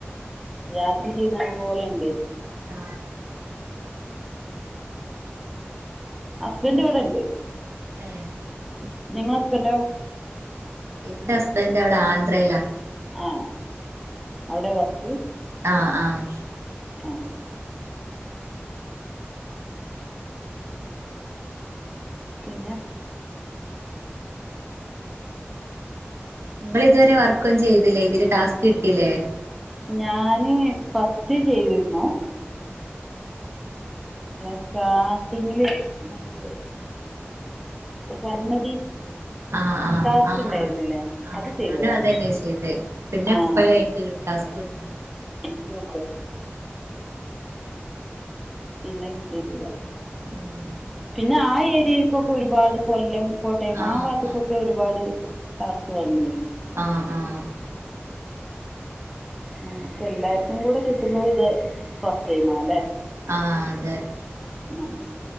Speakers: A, in the centre; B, on the right.
A: യാത്ര ചെയ്യുന്ന പോലെണ്ട്
B: ആ
A: ഹസ്ബൻഡ് ഇവിടെണ്ട്
B: ഏ <inaudible>
A: നിങ്ങടെ ഹസ്ബന്റോ
B: എന്റെ ഹസ്ബന്റ് അവിടെ ആ അത്രല്ല <unintelligible>
A: ആ അവിടെ വർക്ക്
B: ആഹ് ആഹ്
A: ആ പിന്നെ
B: നിങ്ങൾ ഇതുവരെ വർക്ക് ഒന്നും ചെയ്തില്ലേ ഇതില് ടാസ്ക് കിട്ട ഇല്ലേ
A: ഞാന് ഫസ്റ്റ് ചെയ്തിരുന്നു സ്റ്റാർട്ടിങ്ങില് മറ്റേ സന്മതി
B: ആ ആഹ്
A: ടാസ്ക്
B: ആ
A: ഉണ്ടായിരുന്നില്ലേ
B: ആഹ്
A: അത്
B: ഞാനും
A: ചെയ്തതാ
B: അതന്നെയ ചെയ്ത പിന്നെ
A: ആഹ്
B: എപ്പ എനിക്ക്ടാസ്ക് കിട്ടുന്നത്
A: ഇപ്പഴോ പിന്നെ കിട്ടിയിട്ടില്ല
B: ഉം
A: പിന്നെ ആ ഏരിയക്കൊക്കെ ഒരുപാട് കൊല്ലം കോട്ടയം
B: ആഹ്
A: ആ ഭാഗത്തക്കൊക്കെ
B: ആഹ്
A: ഒരുപാട് ടാസ്ക് വന്നില്ല
B: ആഹ് ആഹ്
A: നമ്മുക്ക് എല്ലാർക്കും കൂടെ കിട്ടുന്ന ഇത് ഫസ്റ്റ് ടൈം ആണല്ലേ
B: ആഹ്അതെ
A: ആഹ്